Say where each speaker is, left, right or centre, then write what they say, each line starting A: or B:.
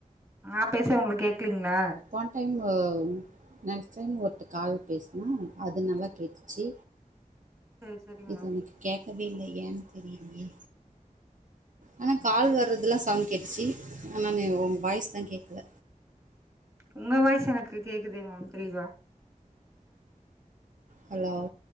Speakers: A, on the right; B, on the right.
A: நா பேசது உங்ளுக் கேக்லீங்ளா
B: போன் டைம் ஒ நெக்ஸ்ட் டைம் ஒருட்டு கால் பேசுனா அது நல்லா கேட்டுச்சு
A: சேரி சேரி
B: இது
A: மேம்
B: எனக்கு கேக்கவே இல்ல எ தெரிலையே ஆனா கால் வர்றதுலா சவுண்ட் கேட்டுச்சி ஆனானு ஒங் வாய்ஸ் தா கேக்கல
A: உங்க வாய்சு எனக்கு கேக்குதே மேம் தெளிவா
B: ஹலோ